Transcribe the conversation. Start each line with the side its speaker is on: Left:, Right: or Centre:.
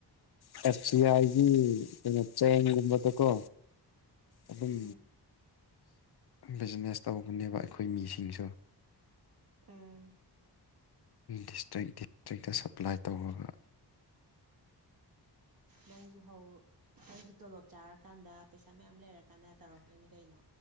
Left: ꯀꯞꯆ ꯍꯥꯏꯒꯤꯅꯞꯆ ꯌꯦꯡꯒꯨꯝꯕ ꯇ ꯀꯣ ꯑꯗꯨꯝ
Right: ꯎꯝ
Left: ꯕꯤꯖꯤꯅꯦꯁ ꯇꯧꯧꯕꯅꯦꯕ ꯑꯩꯈꯣꯏ ꯃꯤꯁꯤꯡꯁꯨ
Right: ꯎꯝ
Left: ꯗꯤꯁꯇ꯭ꯔꯤꯛ ꯗꯤꯁꯇ꯭ꯔꯤꯛꯇ ꯁꯄ꯭ꯂꯥꯏ ꯇꯧꯔꯒ
Right: ꯅꯪꯁꯨ ꯍꯧ ꯅꯪꯁꯨ ꯇꯣꯂꯣꯞ ꯆꯥꯔꯀꯥꯟꯗ ꯄꯩꯁꯥ ꯃꯌꯥꯝ ꯂꯩꯔꯀꯥꯟꯗ ꯇꯧꯔꯛꯇꯣꯏꯅꯤ ꯀꯩꯅꯣ